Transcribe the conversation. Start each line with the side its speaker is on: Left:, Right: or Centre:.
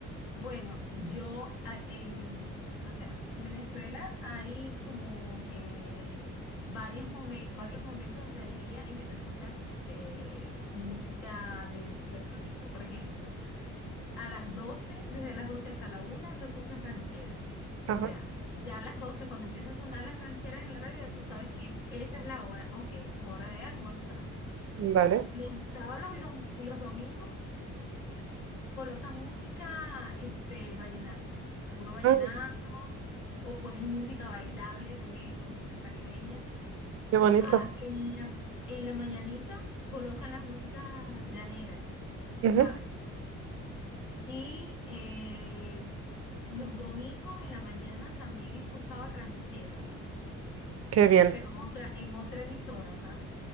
Left: Bueno, yo a- en, o sea, en Venezuela hay como que varios, momen- varios momentos del día en que tú escuchas eh, música de cierto tipo. Por ejemplo, a las 12, desde las 12 hasta la una, tú escuchas ranchera. O
Right: Ajá,
Left: sea, ya a las doce cuando empieza a sonar las rancheras en la radio, tú sabes que es, esa es la hora, ok, esa es hora de almorzar.
Right: vale.
Left: Los sábados y, dom- y los domingos colocan música, este, vallenato, puro vallenato,
Right: Ah,
Left: o ponen música bailable también, música caribeña.
Right: qué bonito.
Left: Ah, en la, en la mañanita colocan las músicas llaneras,
Right: Ujú,
Left: ¿sabes? Y eh, los domingos en la mañana también he escuchado rancheras
Right: Qué bien.
Left: pero en otra, en otra emisora, ¿sabes?